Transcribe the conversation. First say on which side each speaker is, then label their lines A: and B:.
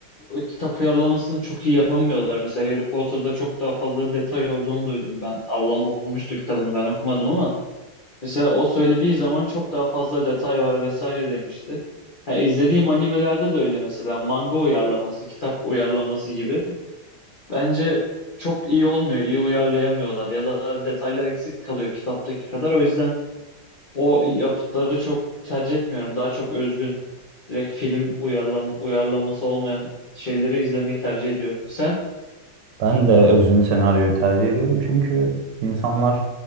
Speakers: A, on the left; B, on the right.
A: o kitap uyarlamasını çok iyi yapamıyorlar. Mesela Harry Potter'da çok daha fazla detay olduğunu duydum ben. Ablam okumuştu kitabını ben okumadım ama Mesela o söylediği zaman çok daha fazla detay var vesaire demişti. Ha, izlediğim animelerde de öyle mesela manga uyarlaması, kitap uyarlaması gibi. Bence çok iyi olmuyor, iyi uyarlayamıyorlar ya da detaylar eksik kalıyor kitaptaki kadar. O yüzden o yapıtları çok tercih etmiyorum. Daha çok özgün, direkt film uyarlam uyarlaması olmayan şeyleri izlemeyi tercih ediyorum. Sen?
B: Ben de özgün senaryoyu tercih ediyorum çünkü insanlar